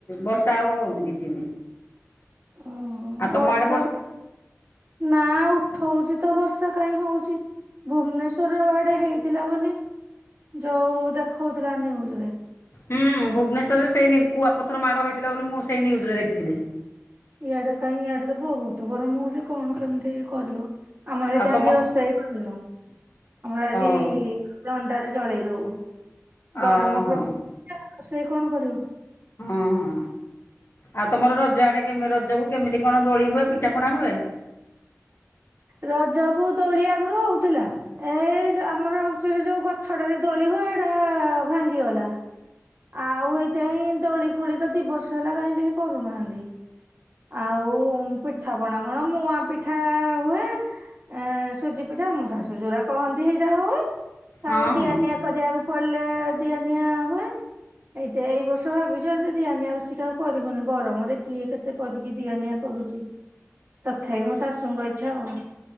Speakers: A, on the left; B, on the right.
A: ବର୍ଷା ଆଉ ହେଉନି କିଛି ନାହିଁ।
B: ଓଁ
A: ଆଉ
B: ବର୍ଷା
A: ତମ ଆଡ଼େ
B: ନା ଉଠଉଛି ତ ବର୍ଷା କାହିଁ ହଉଚି। ଭୁବନେଶ୍ଵର ଆଡେ ହେଇଥିଲା ବୋଲି, ଯୋଉ ଦେଖଉଥିଲା ନିଉଜରେ।
A: ହୁଁ ଭୁବନେଶ୍ୱରରେ ସେଇ କୁଆପଥର ମାଡ଼ ହୋଇଥିଲା ବୋଲି, ମୁଁ ସେଇ ନ୍ୟୁଜରେ ଦେଖିଥିଲି।
B: ଇଆଡେ କାହିଁ ଇଆଡେ ତ ବହୁତ ଗରମ ହଉଛି କଣ କେମିତି କରିବ। ଆମର ହେଇଛି
A: ଆଉ
B: ଆଜି
A: ତମ
B: ରୋଷେଇ ହିଁ କରିନୁ ଆମର ଆଜି
A: ହଁ
B: ଲଣ୍ଡାରେ ଚଳେଇଦବୁ,
A: ଓହୋ
B: ଗରମ ପ୍ରଭୃତି ରୋଷେଇ ସେ କଣ କରିବ?
A: ହଁ ହଁ ଆଉ ତୁମର ରଜ ଆଡ଼େ କେମ, ରଜକୁ କେମିତି କଣ ଦୋଳି ହୁଏ ପିଠାପଣା ହୁଏ?
B: ରଜ କୁ ଦୋଳି ଆଗରୁ ହଉଥିଲା। ଏ ଯୋଉ ଆମର ଆକଚୁଆଲି ଯୋଉ ଗଛଟାରେ ଦୋଳି ହୁଏ ଏଇଟା ଭାଙ୍ଗିଗଲା। ଆଉ ଏଇଥିପାଇଁ ଦୋଳି ଫୁଳି ତ ଦି ବର୍ଷ ହେଲା କାହିଁ କେହି କରୁନାହାନ୍ତି। ଆଉ ପିଠାପଣା କଣ ମୁଆ ପିଠା ହୁଏ। ଏ ସୁଜି ପିଠା ଆମ ଶାଶୁ ଯୋଉୁରା କହନ୍ତି ସେଇଟା ହୁଏ।
A: ହଁ
B: ଆଉ ଦିଆନିଆ
A: ହଁ
B: କରିବାକୁ ପଡିଲେ ଦିଆ ନିିଆ ହୁଏ। ଏଇତ ଏଇ ବର୍ଷ ଭାବିଛୁ ଆଉ ଦିଆନିଆ ବେଶୀ ଆଉ କରିବୁନି ଗରମରେ କିଏ କେତେ ଏତେ କରିକି ଦିଆ ନିିଆ କରୁଛି, ତଥାପି ମୋ ଶାଶୁଙ୍କ ଇଚଛା ଆଉ।